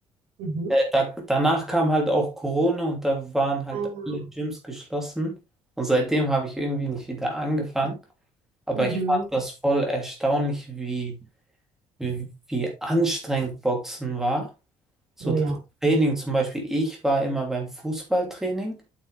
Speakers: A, on the right; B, in the centre.
A: Mhm.
B: Äh, Da, danach kam halt auch Corona und da waren halt
A: Ah.
B: alle Gyms geschlossen. Und seitdem habe ich irgendwie nicht wieder angefangen. Aber
A: Mhm.
B: ich fand das voll erstaunlich, wie, wie, wie anstrengend Boxen war. So
A: Oh
B: das
A: ja.
B: Training zum Beispiel, ich war immer beim Fußballtraining